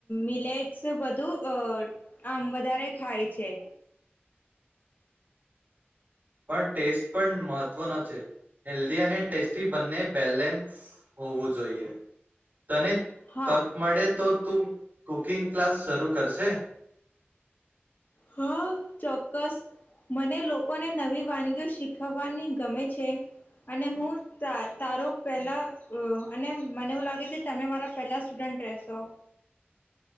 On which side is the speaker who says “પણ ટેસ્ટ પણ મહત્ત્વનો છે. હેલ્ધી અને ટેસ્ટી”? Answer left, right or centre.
Right